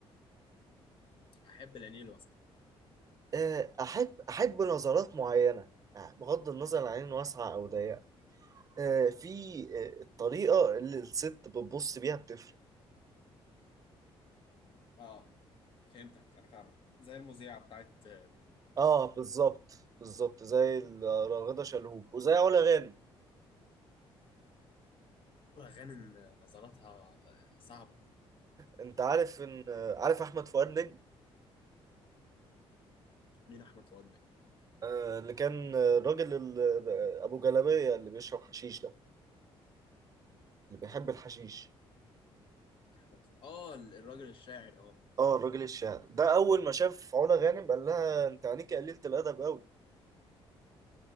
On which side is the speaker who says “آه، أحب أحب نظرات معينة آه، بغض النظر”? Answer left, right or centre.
Right